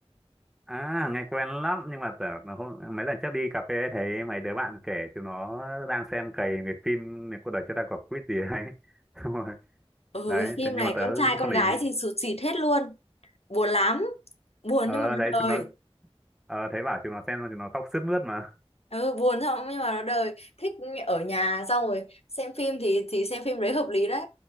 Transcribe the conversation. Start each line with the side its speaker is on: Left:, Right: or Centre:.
Centre: à nghe quen lắm nhưng mà tưởng là hôm mấy lần trước đi cà phê ấy, thấy mấy đứa bạn kể chúng nó đang xem cày cái phim này cuộc đời chưa ta có quýt gì đấy <laughs> Xong rồi
Left: ừ
Centre: đấy
Left: phim
Centre: thế nhưng
Left: này
Centre: mà tớ
Left: con trai
Centre: cũng không
Left: con
Centre: để
Left: gái
Centre: ý
Left: thì sụt sịt hết luôn buồn lắm buồn
Centre: ờ
Left: nhưng mà nó
Centre: đấy chúng
Left: đời
Centre: nó ờ, thấy bảo chúng nó xem xong chúng nó khóc sướt mướt mà
Left: ừ, buồn xong nhưng mà nó đời thích ở nhà xong rồi xem phim thì thì xem phim đấy hợp lý đấy